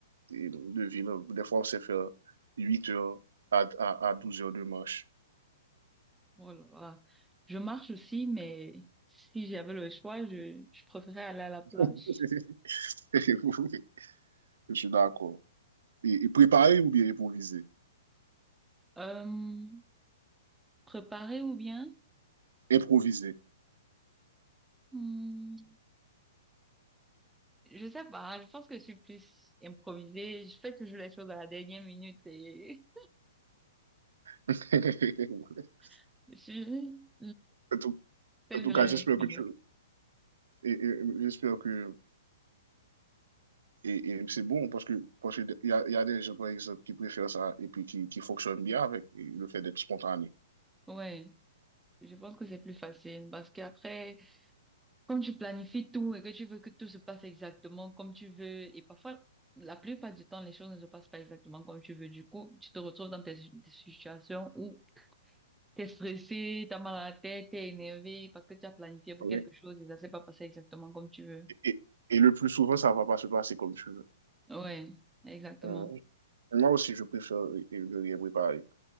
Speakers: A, on the right; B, in the centre.
A: et de ville. Des fois, on sait faire 8 heures à, à, à 12 heures de marche.
B: Oh là là. Je marche aussi, mais si j'avais le choix, je, je préférais aller à la plage.
A: <laughs> Oui, je suis d'accord. Et, et préparer ou bien improviser?
B: Euh, préparer ou bien?
A: Improviser.
B: Hmm, je sais pas, je pense que je suis plus improvisée. Je fais toujours les choses à la dernière minute et
A: <laughs>
B: <laughs> je suis...
A: En tout,
B: Celle
A: en tout
B: de
A: cas,
B: la dernière
A: j'espère
B: minute.
A: que tu, et- et- j'espère que, Et, et c'est bon parce que parce qu'il y a, y a des gens, par exemple, qui préfèrent ça et puis qui, qui fonctionnent bien avec le fait d'être spontané.
B: Ouais, je pense que c'est plus facile parce qu'après, quand tu planifies tout et que tu veux que tout se passe exactement comme tu veux, et parfois, la plupart du temps, les choses ne se passent pas exactement comme tu veux. Du coup, tu te retrouves dans tes des situations où t'es stressé, t'as mal à la tête, t'es énervé parce que tu as planifié pour
A: OK?
B: quelque chose et ça s'est pas passé exactement comme tu veux.
A: Et, et, et le plus souvent, ça va pas se passer comme tu veux.
B: Ouais, exactement.
A: Mmh. Moi aussi, je préfère euh, ne rien préparer.